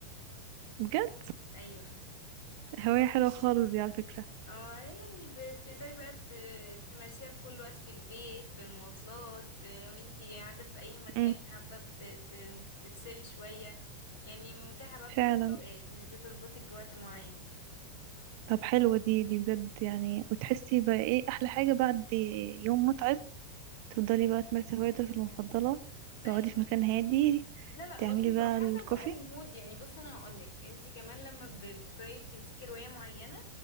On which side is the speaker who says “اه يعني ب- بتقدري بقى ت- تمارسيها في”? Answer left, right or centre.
Left